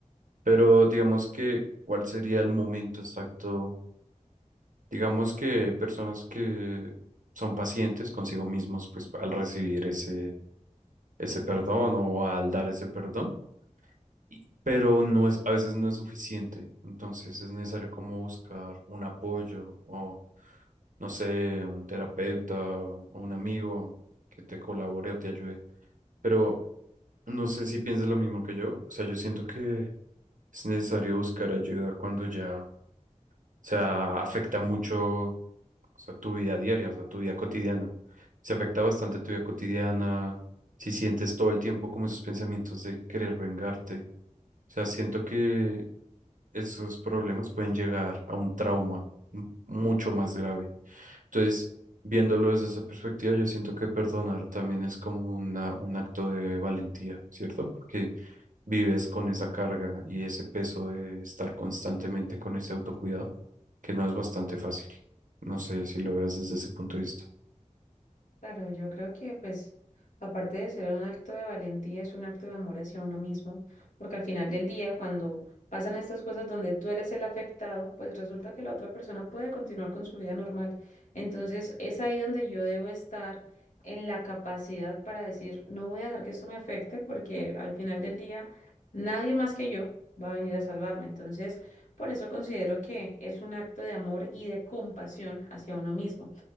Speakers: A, on the right; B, on the left.
A: Pero digamos que, ¿cuál sería el momento exacto? Digamos que hay personas que son pacientes consigo mismos, pues al recibir ese, ese perdón o al dar ese perdón. y- pero no es, a veces no es suficiente. Entonces es necesario como buscar un apoyo o, no sé, un terapeuta o un amigo que te colabore o te ayude. Pero no sé si piensas lo mismo que yo. O sea, yo siento que es necesario buscar ayuda cuando ya, o sea, afecta mucho, o sea, tu vida diaria, o sea, tu vida cotidiana. Se afecta bastante tu vida cotidiana, si sientes todo el tiempo como esos pensamientos de querer vengarte o sea, siento que esos problemas pueden llegar a un trauma m- mucho más grave. Entonces, viéndolo desde esa perspectiva, yo siento que perdonar también es como una, un acto de valentía, ¿cierto? Porque vives con esa carga y ese peso de estar constantemente con ese autocuidado, que no es bastante fácil. No sé si lo veas desde ese punto de vista.
B: Claro, yo creo que pues aparte de ser un acto de valentía, es un acto de amor hacia uno mismo, porque al final del día, cuando pasan estas cosas donde tú eres el afectado, pues resulta que la otra persona puede continuar con su vida normal. Entonces es ahí donde yo debo estar en la capacidad para decir, no voy a dejar que esto me afecte, porque al final del día nadie más que yo va a venir a salvarme. Entonces, por eso considero que es un acto de amor y de compasión hacia uno mismo.